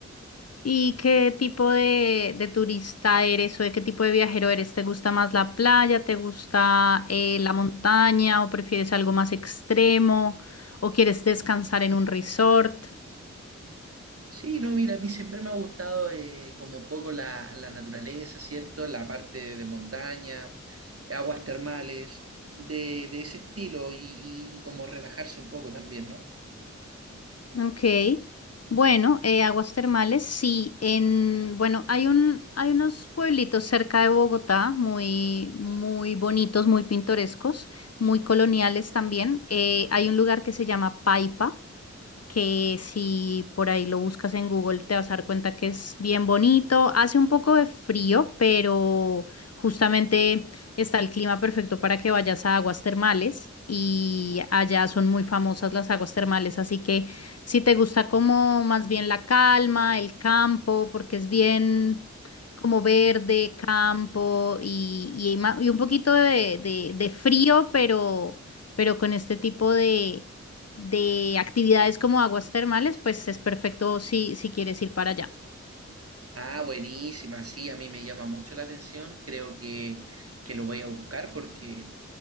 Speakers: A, on the left; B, on the right.
A: ¿Y qué tipo de, de turista eres o de qué tipo de viajero eres? ¿Te gusta más la playa? ¿Te gusta eh, la montaña? ¿O prefieres algo más extremo? ¿O quieres descansar en un resort?
B: Sí, no, mira, a mí siempre me ha gustado eh, como un poco la, la naturaleza, ¿cierto? La parte de montaña, aguas termales, de, de ese estilo y, y como relajarse un poco también, ¿no?
A: Ok, bueno, eh, aguas termales, sí, en, bueno, hay un, hay unos pueblitos cerca de Bogotá muy, muy bonitos, muy pintorescos, muy coloniales también. Eh, hay un lugar que se llama Paipa que si por ahí lo buscas en Google te vas a dar cuenta que es bien bonito. Hace un poco de frío, pero justamente está el clima perfecto para que vayas a aguas termales y allá son muy famosas las aguas termales, así que si te gusta como más bien la calma, el campo, porque es bien como verde, campo y, y ma- y un poquito de, de de frío, pero pero con este tipo de de actividades como aguas termales, pues es perfecto si, si quieres ir para allá.
B: Ah, buenísima, sí, a mí me llama mucho la atención, creo que, que lo voy a buscar porque,